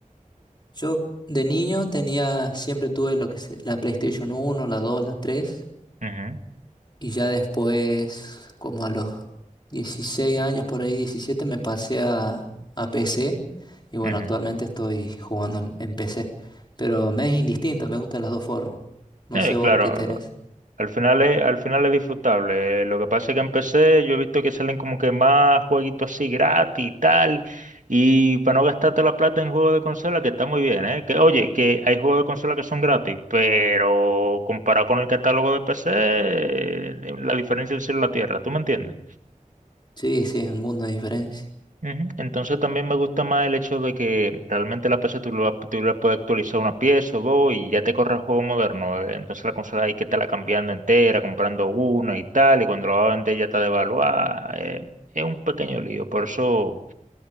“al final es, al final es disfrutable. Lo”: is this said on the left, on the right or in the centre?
Right